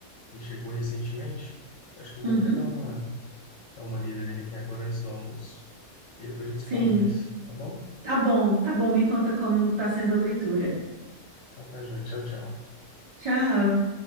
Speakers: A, on the left (about 60°); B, on the right (about 20°).
A: que chegou recentemente. Acho que eu vou
B: Uhum,
A: até dar uma, dar uma lida nele aqui agora antes do almoço. E depois a gente
B: sim.
A: se fala mais, tá bom?
B: Tá bom, tá bom. Me conta como tá sendo a leitura.
A: Então tá, gente. Tchau, tchau.
B: Tchau.